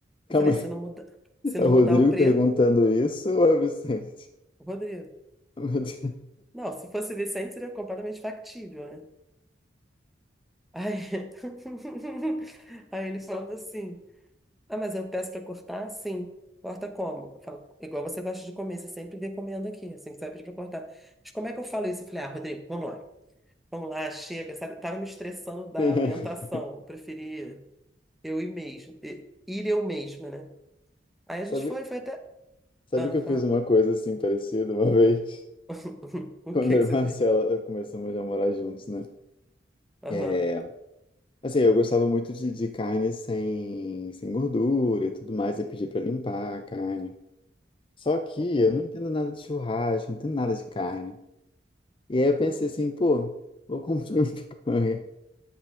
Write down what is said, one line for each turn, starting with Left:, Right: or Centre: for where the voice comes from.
Left: Calma
Centre: Eu falei,
Left: aí.
Centre: se não muda, se
Left: É
Centre: não
Left: o Rodrigo
Centre: mudar o preço,
Left: perguntando isso ou é o Vicente?
Centre: Rodrigo.
Left: Meu Deus.
Centre: Não, se fosse Vicente seria completamente factível, né? Aí, <laughs> aí ele falando assim: Ah, mas eu peço para cortar? Sim. Corta como? Eu falo, igual você gosta de comer, você sempre recomenda aqui, assim, que você vai pedir para cortar. Mas como é que eu falo isso? Eu falei: Ah, Rodrigo, vamos lá, vamos lá, chega, sabe? Tava me estressando da
Left: <laughs>
Centre: orientação, eu preferia eu ir mesmo, e- ir eu mesma, né? Aí a
Left: Sabe,
Centre: gente foi, foi até.
Left: sabe
Centre: Ah,
Left: que eu
Centre: fala.
Left: fiz uma coisa assim parecida uma <laughs> vez?
Centre: <laughs> O
Left: Quando
Centre: que
Left: eu
Centre: que você
Left: e Marcela
Centre: fez?
Left: eh, começamos a morar juntos, né?
Centre: Aham,
Left: É, assim, eu gostava muito de, de carne sem, sem gordura e tudo mais, e pedi pra limpar a carne. Só que
Centre: aham,
Left: eu não entendo nada de churrasco, não entendo nada de carne. E
Centre: aham.
Left: aí eu pensei assim, pô, vou comprar uma picanha.